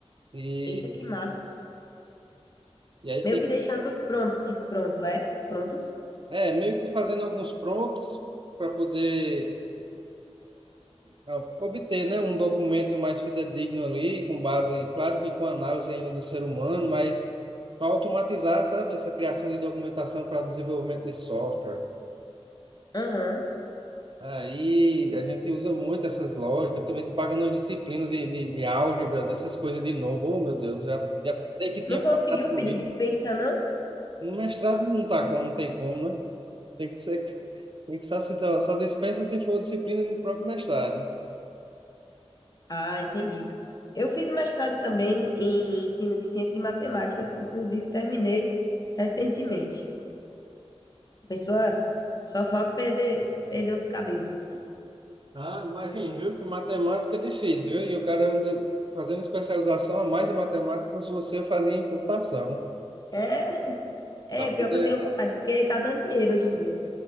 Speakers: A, on the right (about 50°); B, on the left (about 35°).
A: e,
B: Eita, que massa.
A: e aí
B: Meio
A: tem,
B: que deixando os prompts pronto, é? Prontos?
A: é, meio que fazendo alguns prompts para poder ah, obter, né, um documento mais fidedigno ali, com base, claro que com análise ainda do ser humano, mas para automatizar, sabe, essa criação de documentação para desenvolvimento de software.
B: Aham.
A: Aí a gente usa muito essas lógicas. Eu também estou pagando uma disciplina de, de, de álgebra, dessas coisas de novo. Oh, meu Deus, já, já sei que tinha
B: Não conseguiu
A: passado por
B: pedir
A: isso.
B: dispensa, não?
A: No mestrado não tá como, não tem como, né? Tem que ser, tem que só, se- dá- só dispensa se for disciplina do próprio mestrado.
B: Ah, entendi. Eu fiz um mestrado também em ensino de ciência e matemática, inclusive terminei recentemente. A Pessoa, só falta perder, perder os cabelos.
A: Ah, imagina, viu? Que matemática é difícil, viu? E o cara ainda fazendo especialização a mais em matemática, como se você fazia em computação.
B: É, <laughs> é
A: Pra poder...
B: pior que eu tenho vontade, porque tá dando dinheiro hoje em dia.